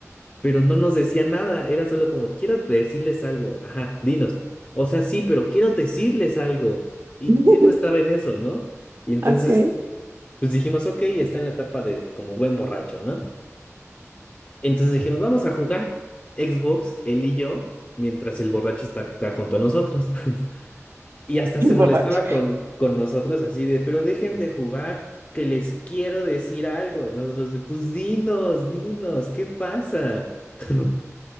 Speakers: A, on the left (about 25°); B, on the right (about 55°).
A: pero no nos decía nada, era solo como, quiero decirles algo, ajá, dinos. O sea, sí, pero quiero decirles algo. Y
B: <laughs>
A: siempre estaba en eso, ¿no? Y entonces,
B: Ok.
A: pues dijimos, ok, está en la etapa de como buen borracho, ¿no? Entonces dijimos, vamos a jugar Xbox, él y yo, mientras el borracho está acá junto a nosotros. <laughs> Y hasta
B: El
A: se
B: borracho.
A: molestaba con, con nosotros así de, pero dejen de jugar, que les quiero decir algo. Y nosotros de, pues dinos, dinos, ¿qué pasa? <laughs>